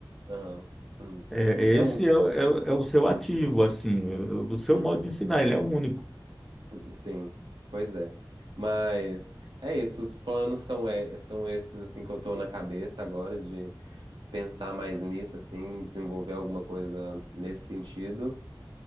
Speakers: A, on the right; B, in the centre.
A: Aham, hum.
B: É, é,
A: É
B: esse
A: um.
B: é, o- é, o é o seu ativo, assim, o, o seu
A: Uhum,
B: modo de ensinar, ele é único.
A: uhum, Sim, pois é. Mas é isso, os planos são, é, são esses assim que eu tô na cabeça agora de pensar mais nisso, assim, desenvolver alguma coisa nesse sentido.